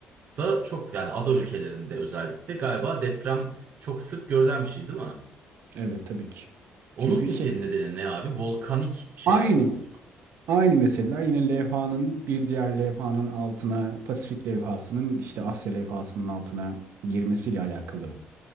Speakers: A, on the right; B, on the right.
A: da çok yani ada ülkelerinde özellikle galiba deprem çok sık görülen bir şey değil mi?
B: evet tabii ki.
A: Onun
B: Çünkü
A: peki
B: şey,
A: nedeni ne abi? Volkanik şeyler
B: aynı
A: olması. mı?
B: aynı meseleler yine levhanın bir diğer levhanın altına, Pasifik levhasının işte Asya levhasının altına girmesiyle alakalı